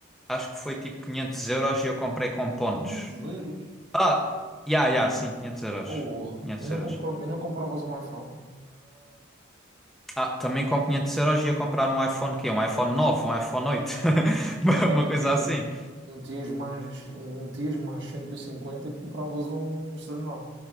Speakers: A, in the centre; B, on the right.
A: acho que foi tipo 500 euros e eu comprei com pontos.
B: 500 euros?
A: Ah, já, já, sim, 500 euros.
B: Porra.
A: quinhentos
B: Não
A: euros.
B: compro... E não compravas um iPhone?
A: Ah, também com 500 euros ia comprar um iPhone quê? Um iPhone 9, um iPhone oito <laughs> Uma
B: Não,
A: uma
B: metias,
A: coisa assim.
B: metias mais, metias mais cento e cinquenta e compravas um, sei lá,